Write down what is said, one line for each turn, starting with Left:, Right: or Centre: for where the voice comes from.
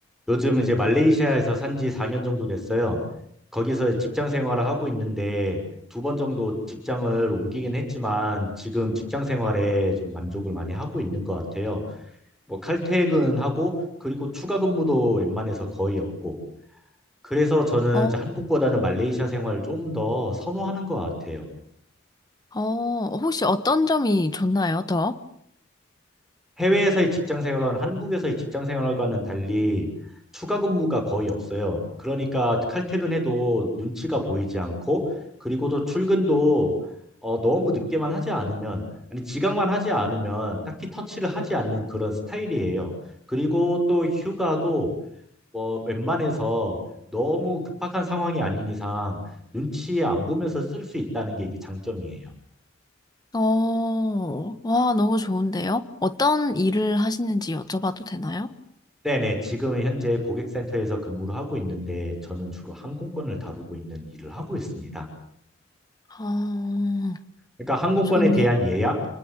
Centre: 요즘 이제 말레이시아에서 산지 4년 정도 됐어요. 거기서 직장 생활을 하고 있는데 두 번 정도 직장을 옮기긴 했지만 지금 직장 생활에 좀 만족을 많이 하고 있는 것 같아요. 뭐 칼퇴근하고 그리고 추가 근무도 웬만해서 거의 없고. 그래서 저는
Left: 어,
Centre: 이제 한국보다는 말레이시아 생활을 좀 더 선호하는 것 같아요.
Left: 어, 어, 혹시 어떤 점이 좋나요, 더?
Centre: 해외에서의 직장 생활은 한국에서의 직장 생활과는 달리 추가 근무가 거의 없어요. 그러니까 칼퇴근해도 눈치가 보이지 않고 그리고 또 출근도 어, 너무 늦게만 하지 않으면 아니 지각만 하지 않으면 딱히 터치를 하지 않는 그런 스타일이에요. 그리고 또 휴가도 어, 웬만해서 너무 급박한 상황이 아닌 이상 눈치 안 보면서 쓸 수 있다는 게 이게 장점이에요.
Left: 어, 와, 너무 좋은데요? 어떤 일을 하시는지 여쭤봐도 되나요?
Centre: 네네, 지금은 현재 고객센터에서 근무를 하고 있는데 저는 주로 항공권을 다루고 있는 일을 하고 있습니다.
Left: 어,
Centre: 그러니까 항공권에
Left: 좋네요.
Centre: 대한 예약,